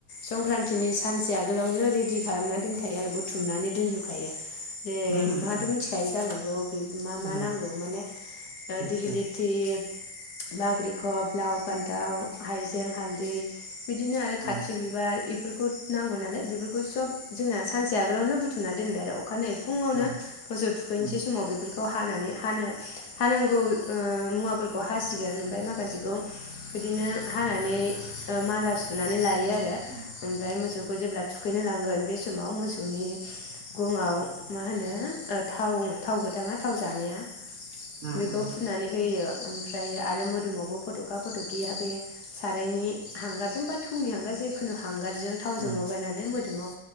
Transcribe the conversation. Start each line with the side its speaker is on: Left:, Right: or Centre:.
Left: संक्रान्तिनि सानसे आगोलावनो रि दि खालामना दोनखायो आरो बुथुमनानै दोनजोबखायो जे
Right: उम
Left: नोंथाङाथ'
Right: उम
Left: मिथिखाय जानो औ मा मा
Right: उम
Left: नांगौ माने ओ
Right: नितसय
Left: दिगलिथि बाग्रिखब लाव फान्थाव हायजें हालदै बिदिनो आरो खाथ्रि
Right: उम
Left: बिबार इफोरखौ नांगौ नालाय बेफोर खौ सब जोंना सानसे आगोलावनो बुथुमना दोनबाय आरो अ खानायै फुङावनो
Right: उम
Left: मोसौ थुखैनोसै
Right: उम
Left: समाव बेफोर खौ हानानै हानो हानांगौ ओ मुवाफोरखौ हासिगोन ओमफ्राय माखासेखौ बिदिनो हानानै ओ माला सुनानै लायो। यो आरो
Right: उम
Left: आमफ्राय मोसौ खौ जेब्ला थुखैनो लांगोन बे समाव मोसौनि गंआव मा होनो थाव थाव गोथाङा थाव जानाया
Right: उम
Left: बेखौ
Right: उम
Left: फुननानै होयो। ओमफ्रायो आरो मोदोमावबो फटखा फटखि बे सारायनि हांगारजों बा थौनि हांगार जिखुनु हांगार बिजों थावजों
Right: उम
Left: ल मोदोमाव